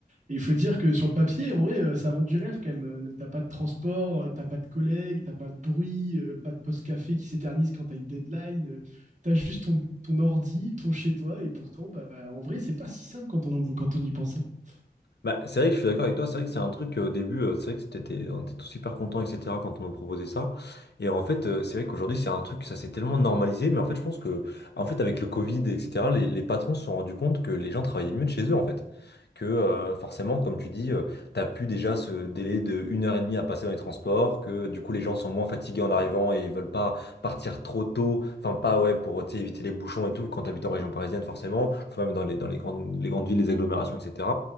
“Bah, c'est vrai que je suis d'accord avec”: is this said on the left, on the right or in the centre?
Left